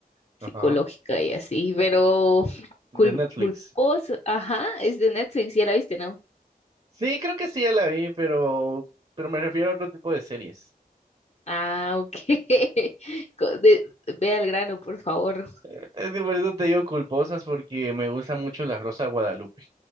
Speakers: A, on the left; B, on the right.
A: psicológica
B: ajá,
A: y así, pero <laughs>
B: de
A: cul-
B: Netflix.
A: culposo. Ajá, es de Netflix, ya la viste, ¿no?
B: Sí, creo que sí, ya la vi, pero, pero me refiero a otro tipo de series.
A: Ah, ok. <laughs> Co- de- Ve al grano, por favor.
B: Eh, Es que por eso te digo culposas, porque me gusta mucho La Rosa de Guadalupe.